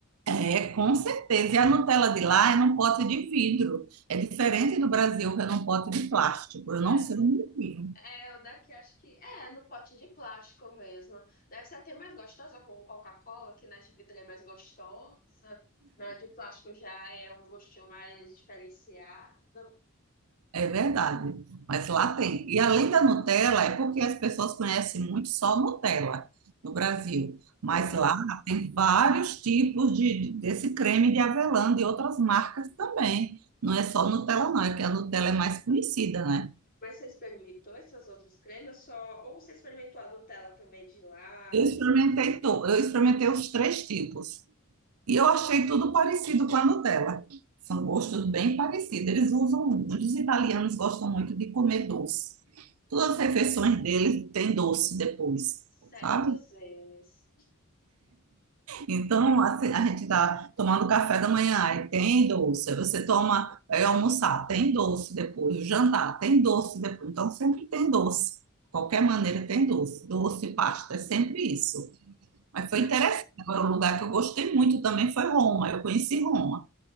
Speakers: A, on the right; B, on the left.
A: É, com certeza. E a Nutella de lá é num pote de vidro. É diferente do Brasil, que é num pote de plástico.
B: É,
A: Eu não sei o motivo.
B: é, o daqui acho que é no pote de plástico mesmo. Deve ser até mais gostosa com Coca-Cola, que na de vidro é mais gostosa. Na de plástico já é um gostinho mais diferenciado.
A: É verdade, mas lá tem. E além da Nutella, é porque as pessoas conhecem muito só Nutella no Brasil. Mas
B: Uhum.
A: lá tem vários tipos de, de- desse creme de avelã de outras marcas também. Não é só Nutella, não, é que a Nutella é mais conhecida, né?
B: Mas você experimentou essas outras cremas só? Ou você experimentou a Nutella também de lá
A: Eu
B: e
A: experimentei,
B: todos?
A: to- eu experimentei os três tipos. E eu achei tudo parecido com a Nutella. São gostos bem parecidos. Eles usam, os italianos gostam muito de comer doce. Todas as refeições deles tem doce depois,
B: Certos
A: sabe?
B: eles.
A: Então, assim, a gente tá tomando café da manhã, aí tem doce. Aí Você toma, vai almoçar, tem doce depois. O jantar, tem doce depois. Então, sempre tem doce. Qualquer maneira tem doce. Doce, pasta, é sempre isso. Mas foi
B: Ah,
A: interessante. Agora, o lugar que eu gostei muito também foi Roma. Eu conheci Roma.